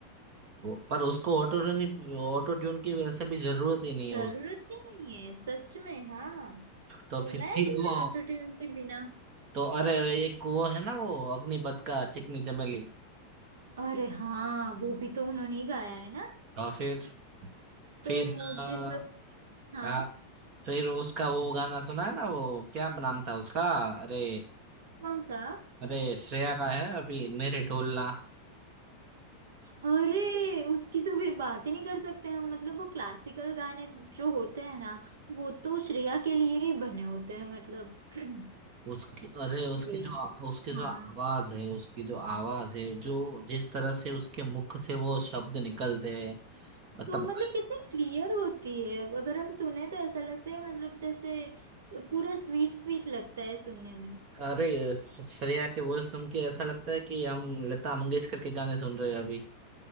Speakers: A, on the right; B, on the right.
A: वो- पर उसको ऑटो ऑटो ट्यून की वैसे भी जरूरत ही नहीं है
B: जरूरत
A: उस
B: ही नहीं है सच में हाँ
A: तो
B: सुना
A: फिर
B: है
A: ठीक
B: तुमने
A: वो
B: ऑटो ट्यून के बिना
A: तो अरे एक वो है ना वो अग्निपथ का चिकनी चमेली
B: अरे हाँ वो भी तो उन्होंने ही गाया है ना
A: और फिर
B: तो
A: फिर
B: मुझे
A: अ,
B: सच हाँ
A: हाँ फिर उसका वो गाना सुना है ना वो क्या नाम था उसका अरे
B: कौन सा
A: अरे श्रेया का है अभी मेरे ढोलना
B: अरे उसकी तो फिर बात ही नहीं कर सकते हम मतलब वो क्लासिकल गाने जो होते हैं ना वो तो श्रेया के लिए ही बने होते हैं मतलब <clears throat>
A: उसकी अरे उसकी
B: श्रेय
A: जो उसकी जो
B: हाँ
A: आवाज है उसकी जो आवाज है जो जिस तरह से उसके मुख से वो शब्द निकलते हैं मतलब
B: तो मतलब कितनी क्लियर होती है अगर हम सुने तो ऐसा लगता है मतलब जैसे पूरा स्वीट स्वीट लगता है सुनने में
A: अरे श्रेया के वो सुन के ऐसा लगता है कि हम लता मंगेशकर के गाने सुन रहे हैं अभी